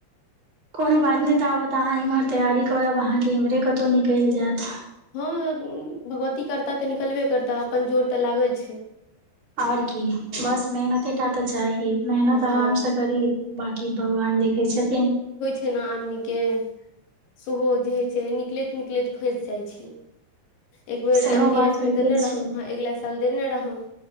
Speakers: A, on the right; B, on the left.
A: कोनो बात नहि ताबत अहाँ एम्हर तैयारी करब अहाँके एम्हे कतहु निकलि जेत
B: हँ भगवती करता त निकलबे करता अपन जोर तऽ लागल छै
A: आओर की बस मेहनतेटा तऽ चाही मेहनत
B: हँ
A: आराम सँ करी बाँकी भगवान देखै छथिन
B: फेना आदमी के सेहो जे होइ छै निकलैत निकलैत फँसि जाइ छै एक बेर
A: सेहो
B: एम टी
A: बात
B: एस मे
A: होइते
B: देने
A: छै
B: रहौं अगिला साल चल देेने रहौं